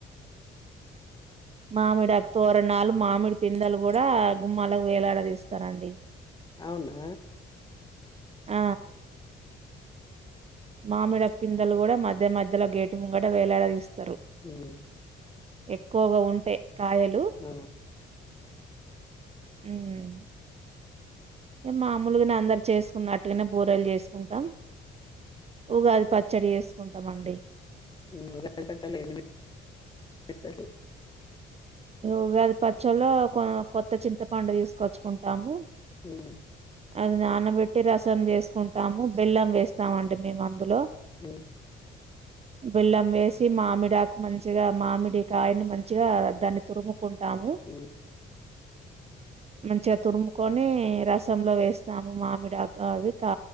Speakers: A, on the right; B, on the left.
A: మామిడి అ తోరణాలు మామిడి పిందలు కూడా గుమ్మాలకు వేలాడదిస్తారండి
B: అవునా
A: ఆ మామిడ పిందలు కూడా మధ్య మధ్యలో గేటు ముంగట వేలాడదిస్తారు
B: మ్
A: ఎక్కువగా ఉంటే కాయలు
B: ఆ
A: మ్ ఏ మామూలుగానే అందరు చేసుకున్నట్టుగానే బూరెలు చేసుకుంటాం, ఉగాది పచ్చడి చేసుకుంటాం అండి.
B: మ్ <unintelligible>
A: ఉగాది పచ్చలో కొ కొత్త చింతపండు తీసుకొచ్చుకుంటాము,
B: ఉమ్
A: అది నానబెట్టి రసన్ని వేసుకుంటాము, బెల్లం వేస్తామండి మేము అందులో
B: మ్
A: బెల్లం వేసి మామిడాకు మంచిగా మామిడి కాయని మంచిగా దాన్ తురుము కుంటాము
B: ఉమ్
A: మంచిగా తురుముకొని రసంలో వేస్తాము, మామిడాక అవి కా